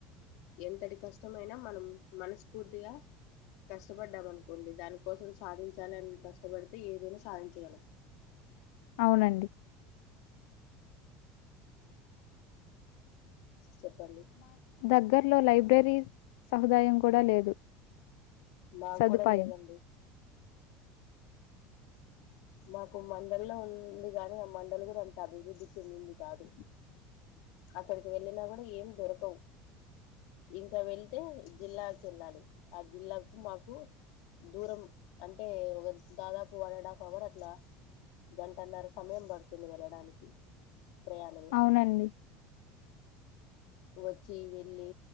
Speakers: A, on the left (about 60°); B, on the left (about 75°).
A: ఎంతటి కష్టమైనా మనం మనస్ఫూర్తిగా కష్టపడ్డాం అనుకోండి దానికోసం సాధించాలని అని కష్టపడితే ఏదైనా సాధించేగలం
B: అవునండి
A: చెప్పండి
B: దగ్గర్లో లైబ్రరీ సహుదాయం కూడా లేదు
A: మాకు
B: సదుపాయం.
A: కూడా లేదండి మాకు మండల్లో ఉంది కాని ఆ మండల్ కూడా అంత అభివృద్ధి చెందింది కాదు అక్కడికి వెళ్ళినా కూడా ఏం దొరకవ్ ఇంకా వెళ్తే జిల్లాకెళ్ళాలి ఆ జిల్లాకు మాకు దూరం అంటే ఒక దాదాపు వన్ అండ్ హాఫ్ అవర్ అట్లా గంటన్నర సమయం పడుతుంది వెళ్ళడానికి ప్రయాణమే
B: అవునండి
A: వచ్చి వెళ్ళి